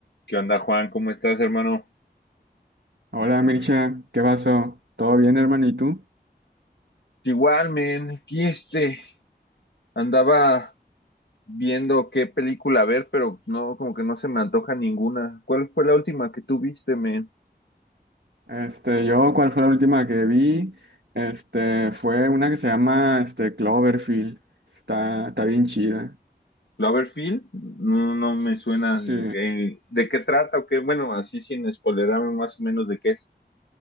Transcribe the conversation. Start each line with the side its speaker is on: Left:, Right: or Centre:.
Left: ¿Qué onda, Juan? ¿Cómo estás, hermano?
Right: Hola Mircha, ¿qué pasó? ¿Todo bien, hermano? ¿Y tú?
Left: Igual, men, aquí este, andaba viendo qué película ver, pero no, como que no se me antoja ninguna. ¿Cuál fue la última que tú viste, men?
Right: Este, yo, ¿cuál fue la última que vi? Este, fue una que se llama, este, Cloverfield. Está, está bien chida.
Left: ¿Cloverfield? No, no
Right: Sí,
Left: me suena. ¿De qué, de qué trata o qué? Bueno, así sin spoilerarme más o menos de qué es.